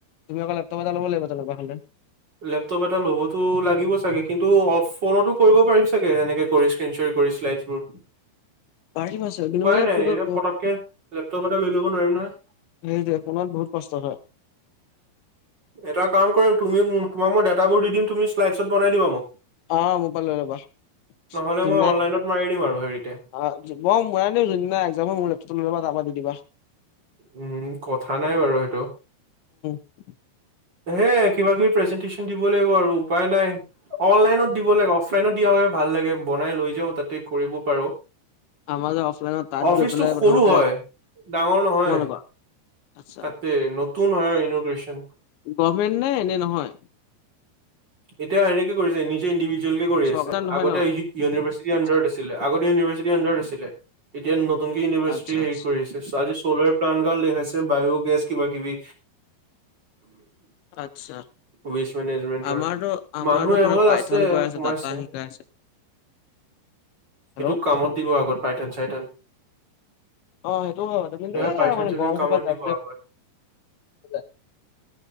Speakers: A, on the left; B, on the right.
A: তুমি অ, লেপটপত যালাব লাগিবাে।
B: লেপটপ এটা ল'বতো লাগিব চাগে। কিন্তু অফ ফোনতো কৰিব পাৰিম চাগে সেনেকে কৰিক্ৰন শ্ব কৰি লাইজ মোৰ
A: পাৰিম আছে কিন্তু
B: উপায়
A: মানে
B: নাই,
A: ফোনত
B: এতিয়া
A: বহুত
B: পটককে, লেপটপ এটা লৈ ল'ব নোৱাৰিম নহয়।
A: সেইটোৱপোনত বহুত কষ্ট হয়।
B: এটা কাম কৰিম তুমি তোমাক মই ডেত বোৰ দি দিম তুমি শ্লাইডছত বনাই দিবা মোক
A: অ, মো, পাই য'বা।
B: নহ'লে
A: ই,
B: মই অনলাইনত মাৰি দিম আৰু হেৰিতে
A: অ, মৰ, মৰাু এক ম তুমি বাবা যাবা দি দিবা।
B: উম, কথা নাই বাৰু সেইটো।
A: <inaudible>
B: হে, কিবা, কিবি প্ৰেজেন্টচন দিব লাগিব। আৰু উপায় নাই, অনলাইনত দিব লাগে। ফ্ৰেডত দিয়া হয়, ভাল লাগে। বনাই লৈ যাওঁ তাতে কৰিব পাৰো।
A: আমাৰ যে অফলাইনত তাত
B: অফিচটো
A: গৈ পেলাই প্ৰথমতে
B: সৰু হয়, ডাঙৰ নহয়।
A: তোমালোকৰ আচ্ছা
B: তাতে নতুন হয়, ইনোগ্ৰেশন।
A: গভমেণ্ট নে এনে নহয়?
B: এতিয়া হেৰি কি কৰিছে নিজে ইণ্ডিভিজ ভিজুৱেল কৰি
A: চৰকাৰ
B: আছে।
A: নহয়
B: আগতে
A: ন?
B: ই-ইউনিভাৰ্চিটি
A: আচ্ছা,
B: আণ্ডাৰত আছিলে। আগতে ইউনিভাৰ্চিটি আণ্ডাৰত আছিলে। এতিয়া ন তুনযে ইউনিভাৰ্চিটি
A: আচ্ছা,
B: হেৰি
A: আচ্ছা,
B: কৰিছে, আজি চ'লাৰ প্লানট গাল দেখাইছে, বায়' গেছ কিবা কিবি।
A: আচ্ছা।
B: ৱেষ্ট মেনেজমেণ্ট টৰ,
A: আমাৰতো আমাৰতো
B: মানুহ
A: পুৰা
B: <unintelligible>
A: পাইথন
B: আছে
A: কৰাই
B: সোমাইছে।
A: ডাটা শিকাই আছে। হেল্ল'?
B: এইটো কামত দিব আগত পাইঠান চাইঠান।
A: অ সেইটো হয় বাৰু কিন্তু
B: এ,
A: এই
B: পাইঠান
A: মানে
B: চাইঠান
A: গৰম
B: কামত
A: খোপাত যাবলৈ
B: দিব আগত।
A: মন
B: <inaudible>
A: নাযায়